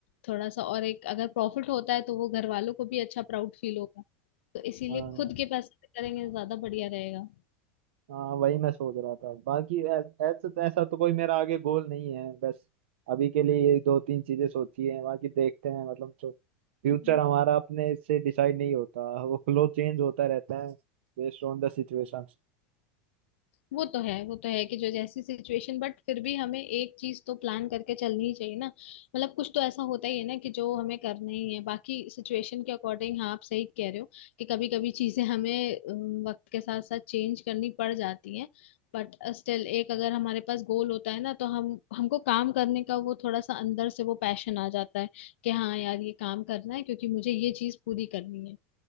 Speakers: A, on the left; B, on the right.
A: थोड़ा सा और एक अगर प्रॉफिट होता है तो वो घर वालों को भी अच्छा प्राउड फील होगा तो इसीलिए
B: हाँ
A: खुद के पैसे से करेंगे ज्यादा बढ़िया रहेगा
B: हाँ वही मैं सोच रहा था बाकी ऐ- ऐसा ऐसा तो कोई मेरा आगे गोल नहीं है बस अभी के लिए ये दो तीन चीजें सोची हैं बाकी देखते हैं मतलब जो फ्यूचर
A: हम्म
B: हमारा अपने से डिसाइड नहीं होता वो फ्लो चेंज होता रहता है बेस्ड ऑन द सिचुएशन
A: वो तो है वो तो है कि जो जैसी सिचुएशन बट फिर भी हमें एक चीज तो प्लान करके चलनी ही चाहिए ना मतलब कुछ तो ऐसा होता ही है ना कि जो हमें करना ही है बाकी सिचुएशन के अकॉर्डिंग हाँ आप सही कह रहे हो कि कभी कभी चीजें हमें अम, वक्त के साथ साथ चेंज करनी पड़ जाती हैं बट स्टिल एक अगर हमारे पास गोल होता है ना तो हम हमको काम करने का वो थोड़ा सा अंदर से वो पैशन आ जाता है कि हाँ यार ये काम करना है क्योंकि मुझे ये चीज पूरी करनी है